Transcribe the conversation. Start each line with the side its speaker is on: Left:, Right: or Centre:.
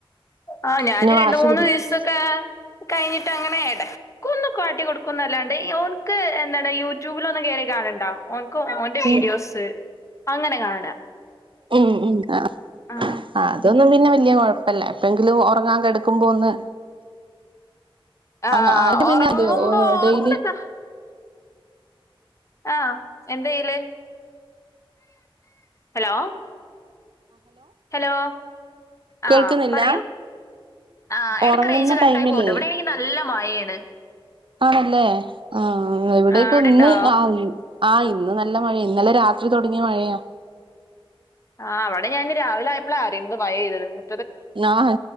Left: ആഹ് ഞാന്
Right: പിന്നെ
Left: രണ്ട്
Right: വാശി
Left: മൂന്ന്
Right: പിടിക്കും
Left: ദിവസൊക്കെ കയ്ഞ്ഞിട്ടാ അങ്ങനെ എടക്കൊന്നു കാട്ടി കൊടുക്കുംന്നെല്ലാണ്ട് ഓന്ക്ക് യെന്താണ് യൂ ട്യൂബിലൊന്നും കേറി കാണണ്ട ഓൻക്ക് ഓന്റെ വീഡിയോസ്
Right: ഉം
Left: അങ്ങനെ കാണാ.
Right: ഉം ഉം ആ
Left: ആഹ്
Right: അതൊന്നും പി ന്നെ വല്യ കൊഴപ്പല്ല എപ്പഴെങ്കിലും ഒറങ്ങാൻ കെടക്കുമ്പോ ഒന്ന്
Left: ആഹ്
Right: അങ് <unintelligible> പിന്നെ
Left: ഒറങ്ങുമ്പോ
Right: <unintelligible>
Left: ഒറങ്ങണ
Right: ഡെയ്ലി
Left: ആഹ് എന്തയ്യല് ഹലോ ഹലോ ആഹ്
Right: കേൾക്കുന്നില്ല
Left: പറയൂ. ആഹ് എടക്ക്
Right: ഉറങ്ങുന്ന
Left: റേഞ്ച് കട്ടായി
Right: ടൈമിലേ
Left: പോവ്ണ്ട് ഇവടേണെങ്കി നല്ല മയേണ്.
Right: ആണല്ലേ ആഹ് എവിടെേക്ക്
Left: ആഹ് അവിടെണ്ടോ
Right: ഇന്ന് ആ <unintelligible> ആഹ് ഇന്ന് നല്ല മഴേ ഇന്നലെ രാത്രി തൊടങ്ങിയ മഴയാ.
Left: ആഹ് ഇവടെ ഞാന് ന്ന് രാവിലെ ആയപ്പളാ അറിയുന്നത് മയയ്‌തത് ന്ന്
Right: ആഹാ